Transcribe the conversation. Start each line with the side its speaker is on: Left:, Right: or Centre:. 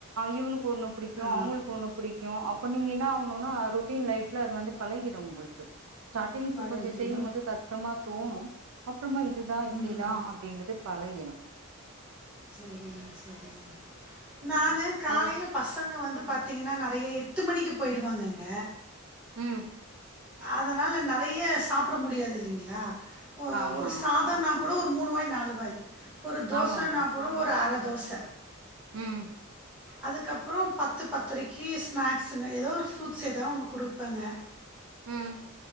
Right: இவுனுக்கு ஒன்னு பிடிக்கு
Centre: ஆமாங்க. ஆ
Right: அவுங்களுக்கு ஒன்னு பிடிக்கு அப்ப நீங்க ஒன்னொன்னா ரொட்டீன் லைஃப் அது வந்து பழகிடூ உங்களுக்கு ஸ்டாடிங்
Centre: பழகிடும்.
Right: கொஞ்சோ செய்யு போது கஷ்டமா தோணு அப்றமா இதுதா இப்டிதா
Centre: ம்.
Right: அப்டின்றது பழகிடூ
Centre: செரிங்க செரிங்க நானு காலைல
Right: அது
Centre: பசங்க வந்து பாத்தீங்கன்னா நா எட்டு மணிக்கு போய்டுவாங்கங்க
Right: ம்
Centre: அதனால நெறைய சாப்ட முடியாது இல்லைங்களா
Right: ஆமா
Centre: ஒரு சாதோ னா கூட ஒரு மூணு வாய் நாலு வாய் ஒரு தோசன்னா
Right: ஆமாங்கோ
Centre: கூட ஒரு அர தோச
Right: ம்
Centre: அதுக்கப்றோ பத்து பத்தரைக்கு ஸ்நாக்ஸுங்க ஏதோ ஒரு ஃப்ரூட்ஸ் ஏதோ ஒண்ணு குடுப்பேங்க
Right: ம்